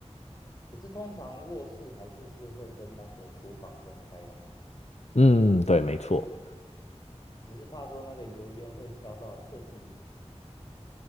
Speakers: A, on the left; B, on the left.
A: 嗯，可是通常卧室还是是会跟那个厨房分开啦，
B: 嗯，对，没错，
A: 只是怕说那个油烟会飘到客厅，